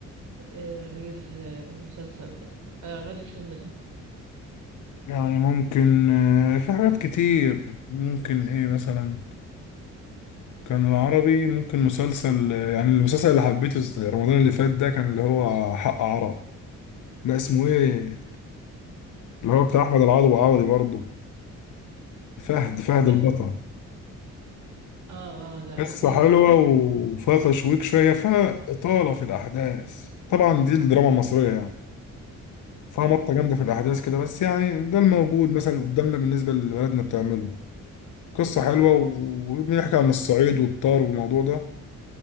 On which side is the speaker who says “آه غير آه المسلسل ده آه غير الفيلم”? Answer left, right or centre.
Right